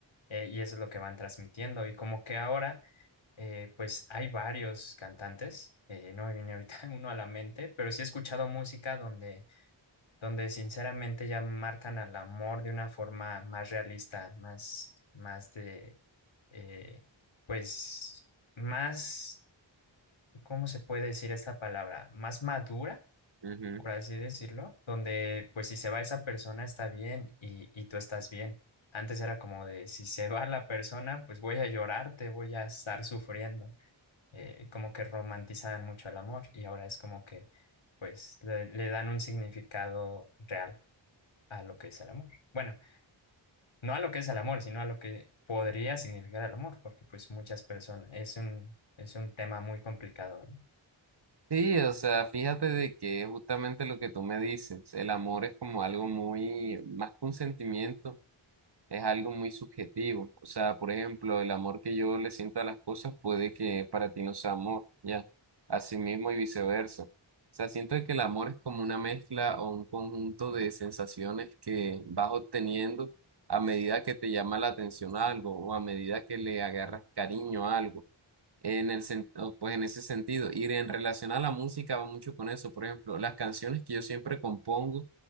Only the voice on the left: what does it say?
eh, y eso es lo que van transmitiendo, y como que ahora eh, pues hay varios cantantes, eh, no me viene ahorita <laughs> uno a la mente, pero sí he escuchado música donde, donde sinceramente ya marcan al amor de una forma más realista, más, más de, eh, pues, más, ¿cómo se puede decir esta palabra? Más madura,
por así decirlo, donde pues si se va esa persona está bien y, y tú estás bien. Antes era como de si se va la persona, pues voy a llorarte, voy a estar sufriendo eh, como que romantizaban mucho el amor y ahora es como que pues le, le dan un significado real a lo que es el amor. Bueno, no a lo que es el amor, sino a lo que podría significar el amor, porque pues muchas personas, es un, es un tema muy complicado, ¿no?
Mm,